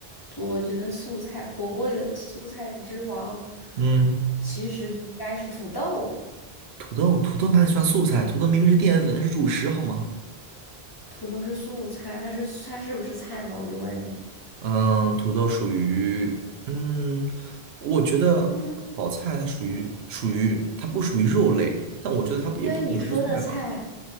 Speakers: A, on the left; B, on the right.
A: 我觉得素菜火锅里的素菜之王，
B: 嗯。
A: 其实应该是土豆。
B: 土豆，土豆哪里算素菜？土豆明明是淀粉，是主食，好吗？
A: 土豆是素菜，它是它是不是菜吧？我就问你，
B: 嗯，土豆属于，嗯，我觉得炒菜它属于属于它不属于肉类，
A: 嗯，
B: 但我觉得它不也不属于蔬菜吧，
A: 因为你说的菜，